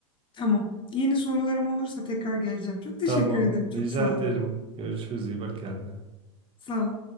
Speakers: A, on the left; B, on the right.
A: Tamam. Yeni sorularım olursa tekrar geleceğim. Çok teşekkür
B: Tamam,
A: ederim.
B: rica
A: Çok sağ
B: ederim.
A: ol.
B: Görüşürüz, iyi bak kendine.
A: Sağ ol.